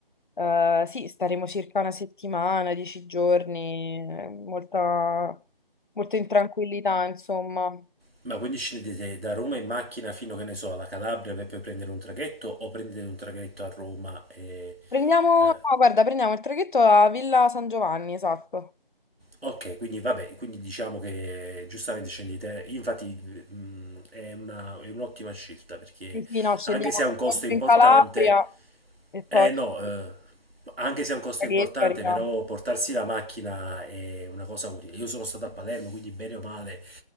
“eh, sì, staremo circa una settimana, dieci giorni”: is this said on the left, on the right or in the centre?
Left